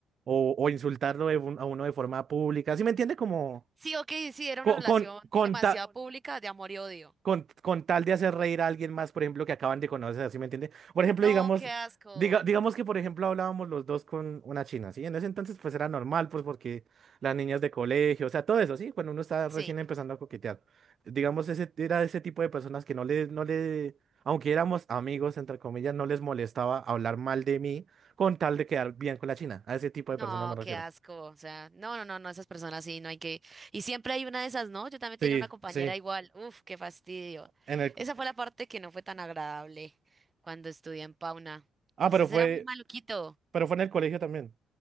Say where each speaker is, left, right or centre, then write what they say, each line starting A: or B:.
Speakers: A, on the right (about 55°); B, on the right (about 30°).
A: o, o insultarlo de un- a uno de forma pública. ¿Sí me entiende? Como
B: Sí, ok, sí, era
A: co-
B: una relación
A: con con,
B: demasiado
A: ta-
B: pública de amor y odio.
A: con, con tal de hacer reír a alguien más, por ejemplo, que acaban de conocer, ¿sí me entiende? Por ejemplo,
B: No,
A: digamos,
B: qué asco.
A: diga, digamos que, por ejemplo, hablábamos los dos con una china, ¿sí? En ese entonces, pues era normal, pues porque las niñas de colegio, o sea, todo eso, ¿sí? Cuando uno está recién
B: Sí.
A: empezando a coquetear. Digamos, ese, era ese tipo de personas que no le, no le, aunque éramos amigos, entre comillas, no les molestaba hablar mal de mí con tal de quedar bien con la china. A ese tipo
B: No,
A: de personas me refiero.
B: qué asco. O sea, no, no, no, no, esas personas sí, no hay que. Y siempre hay una de esas, ¿no? Yo también
A: Sí,
B: tenía una Sí. compañera
A: sí.
B: igual. Uf, qué fastidio.
A: En el,
B: Esa fue la parte que no fue tan agradable cuando estudié en Pauna.
A: ah,
B: Entonces
A: pero fue,
B: era muy maluquito.
A: pero fue en el colegio también.